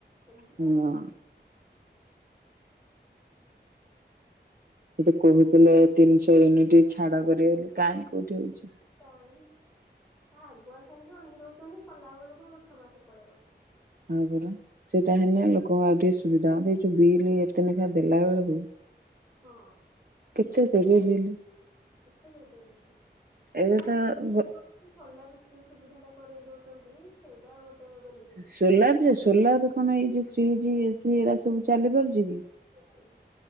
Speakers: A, in the centre; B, on the right (about 55°).
A: ଏମିତି
B: ହଁ
A: ଚାଲିଛି।
B: ସେ ଯୋଉ କୋହୁଥିଲେ ତିନିଶହ ୟୁନିଟୀ ଛାଡ କରିବେ ବୋଲି କାହିଁ କୋଉଠି ହୋଉଚି।
A: କାଇଁ ଆଗୁଆ ଖାଲି ଭଅଣେଇ ଦୋଉଛନ୍ତି କଲା ବେଳକୁ ଛଅ ମାସେ ପଳେଇବ।
B: ତାପରେ ସେଇଟା ହେନେ ଲୋକଙ୍କୁ ଆଉ ଟିକେ ସୁବିଧା ହ ଏଇ ଯୋଉ ବିରି ଏତେ ନେଖା ଦେଲା ବେଳୁକୁ
A: ହଁ।
B: କେତେ ଦେବେ ବେଲି
A: <inaudible> କେତେ ଦେବେ ଦି
B: ଏବେ
A: ନାଇଁ
B: ତ ଗ
A: ଏ ବେ ସୋଲାର ସୁବିଧା ଟା କରେଇ ଦଉଚନ୍ତି ସେଇଟା ଗୋଟେ ବେନି
B: ସୋଲାର ଯେ ସୋଲାର କଣ ଏଇ ଯୋଉ ଫ୍ରିଜ୍ ଏସି ଏଗୁଡା ସବୁ ଚାଲି ପାରୁଚି କି?
A: <inaudible> ଆଉ